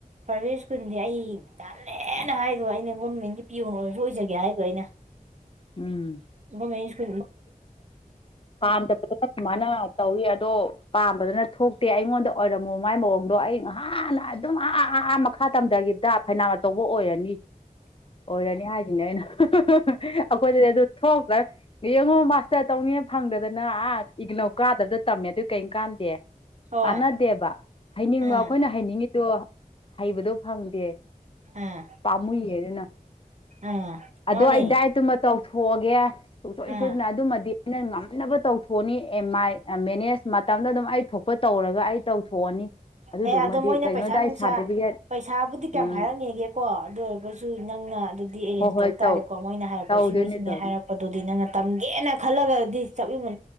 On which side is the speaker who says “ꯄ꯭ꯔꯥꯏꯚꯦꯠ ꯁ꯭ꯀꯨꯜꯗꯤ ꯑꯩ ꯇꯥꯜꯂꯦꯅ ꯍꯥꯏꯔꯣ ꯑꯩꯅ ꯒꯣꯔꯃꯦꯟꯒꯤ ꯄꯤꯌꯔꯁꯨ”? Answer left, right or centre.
Right